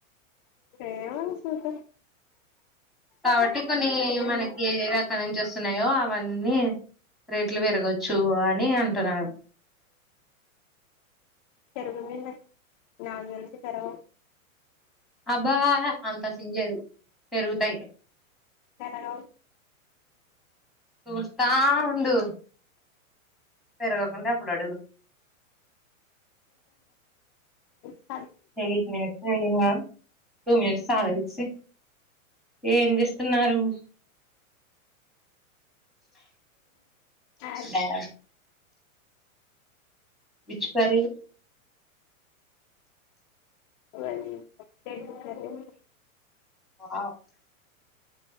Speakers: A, on the left (about 35°); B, in the centre.
A: ఏవ సూట
B: కాబట్టి కొన్ని
A: దేవుడు
B: మనకి ఏ రక నుంచి వస్తున్నాయో అవన్నీ అన్నన్ని రేట్లు పెరగచ్చు అని అంటున్నారు
A: చెరకుందింట నాలుగులంచి తెరవ
B: అబ్బాా అంత సిలేదు పెరుగుతాయి
A: పెరగవు
B: చూస్తా ఉడు పరగకుంట అప్పుడుడు
A: సర
B: ఎయిట్ మనిట్ టూ మట్స్ల ఏం చేస్తున్నారు
A: అ
B: డా విచ్చకరే
A: అది రెడ్ కర్రీ
B: ఆ